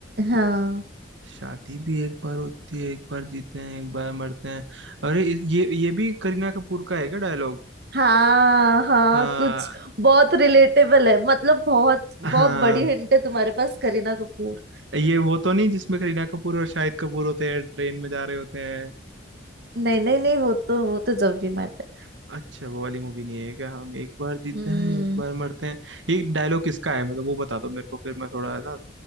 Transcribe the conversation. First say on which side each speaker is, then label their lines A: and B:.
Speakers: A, on the right (about 60°); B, on the right (about 80°).
A: हाँ
B: शादी भी एक बार होती है एक बार जीते हैं एक बार मरते हैं अरे इस- ये ये भी करीना कपूर का है क्या डायलॉग
A: हाँ हाँ
B: हाँ
A: कुछ बहुत रिलेटेबल है मतलब बहुत बहुत
B: हाँ
A: बड़ी हिंट है तुम्हारे पास करीना कपूर
B: ये वो तो नहीं जिसमें करीना कपूर और शाहिद कपूर होते हैं ट्रेन में जा रहे होते हैं
A: नहीं नहीं नहीं वो तो वो तो जब भी मैटर
B: अच्छा वो वाली मूवी नहीं है क्या हम एक बार जीते
A: हम्म
B: हैं एक बार मरते हैं ये डायलॉग किसका है मतलब वो बता दो मेरे को फिर मैं थोड़ा ना